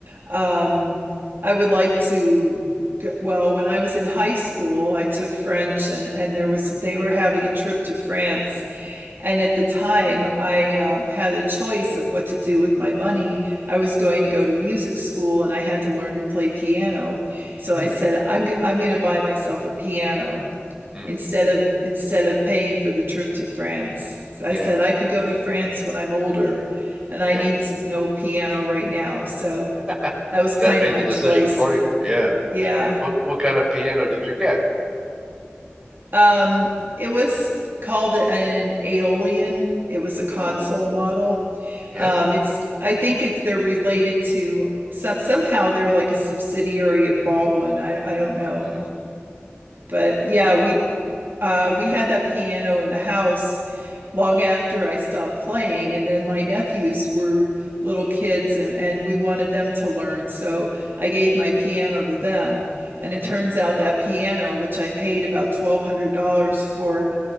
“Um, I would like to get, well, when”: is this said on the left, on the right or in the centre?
Right